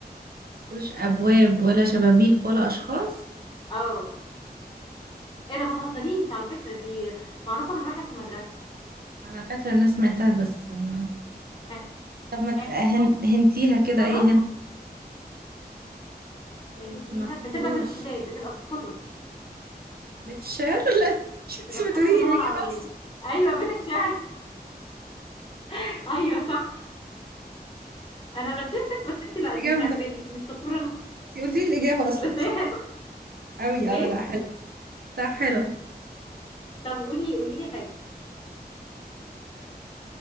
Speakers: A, on the right; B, on the left.
A: مفهوش أبواب ولا شبابيك ولا أشخاص
B: اه ايه ده ما تهزريش على فكرة دي معروفة من واحنا في المدرسة
A: ما أنا فاكرة الناس سمعتها بس ما
B: ها
A: طب ما ت-
B: ها،
A: هن... هنتيها كده
B: خلاص
A: ايه هن
B: هنتيها
A: بيت مفهوش
B: بتبقى في الكتاب بتبقى في الكتب
A: بيت الشعر <laughs> لا انت
B: بتبقى في كتب
A: بتقولي
B: اللغة
A: لي الاجابه
B: العربية
A: احسن
B: ايوه بيت الشعر <laughs> ايوه صح انا غششتك بس انت لا
A: انت
B: دي
A: جامده
B: مش عاجباني انت مش شطورة
A: انت قلتي لي الاجابه اصلا
B: بس هي حلوة
A: قوي اه
B: ايه
A: لا حلو صح حلو
B: طب قولي قولي لي حاجه